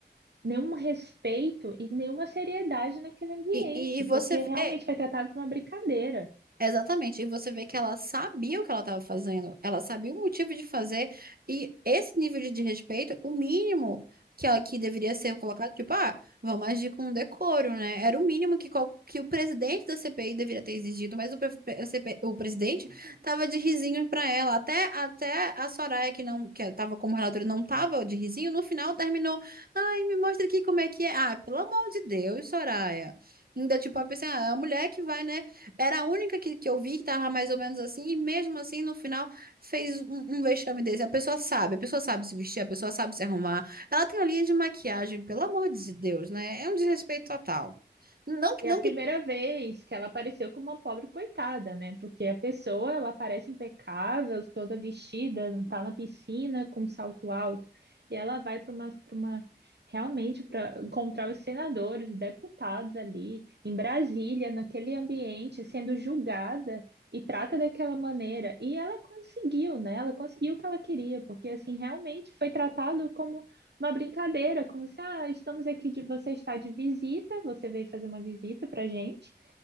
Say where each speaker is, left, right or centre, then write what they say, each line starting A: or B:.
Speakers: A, on the right; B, on the right.
A: nenhum respeito e nenhuma seriedade naquele ambiente,
B: E, e, e você
A: porque
B: vê.
A: realmente foi tratado como uma brincadeira.
B: Exatamente, e você vê que ela sabia o que ela estava fazendo, ela sabia o motivo de fazer, e esse nível de desrespeito, o mínimo que ela que deveria ser colocado, tipo, ah, vamos agir com decoro, né? Era o mínimo que, qual- que o presidente da CPI deveria ter exigido, mas o, pre- o CP o presidente tava de risinho pra ela, até, até a Soraya, que não, que tava como relatora, não tava de risinho, no final terminou, ai, me mostra aqui como é que é, ah, pelo amor de Deus, Soraya. Ainda, tipo, a pessoa, ah, é a mulher que vai, né? Era a única que, que eu vi que tava mais ou menos assim, e mesmo assim, no final, fez um, um vexame desse. A pessoa sabe, a pessoa sabe se vestir, a pessoa sabe se arrumar. Ela tem uma linha de maquiagem, pelo amor de Deus, né? É um desrespeito total. Não,
A: E
B: não
A: é a primeira
B: que
A: vez que ela apareceu como uma pobre coitada, né? Porque a pessoa, ela aparece impecável, toda vestida, tá na piscina com um salto alto, e ela vai para uma, para uma realmente para encontrar os senadores, os deputados ali em Brasília, naquele ambiente, sendo julgada e trata daquela maneira. E ela conseguiu, né? Ela conseguiu o que ela queria, porque assim, realmente foi tratado como uma brincadeira, como se, ah, estamos aqui de você está de visita, você veio fazer uma visita pra gente.